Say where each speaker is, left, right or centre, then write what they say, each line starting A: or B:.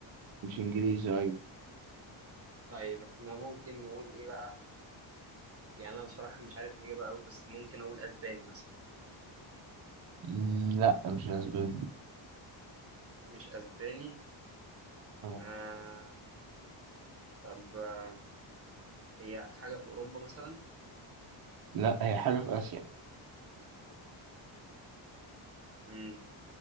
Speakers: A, on the right (about 50°); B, on the right (about 30°).
A: مش انجليزي ايوه
B: طيب احنا ممكن نقول ايه بقى يعني انا بصراحه مش عارف الاجابه قوي بس ممكن اقول اسباني مثلا
A: مم، لا مش الاسباني
B: مش اسباني
A: اه
B: آه طب آه هي حاجه في اوروبا مثلا
A: لا هي حاجة في آسيا
B: امم